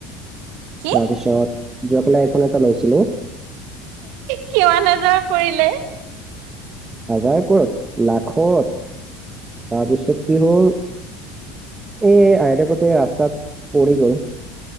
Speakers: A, on the right; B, on the right.
A: কি
B: তাৰপিছত যোৱাকালি আইফোন এটা লৈছিলো।
A: কিমান হাজাৰ পৰিলে।
B: হাজাৰে ক'ত লাখত, তাৰপিছত কি হ'ল। এ আইতাকোতে ৰাস্তাত পৰি গ'ল।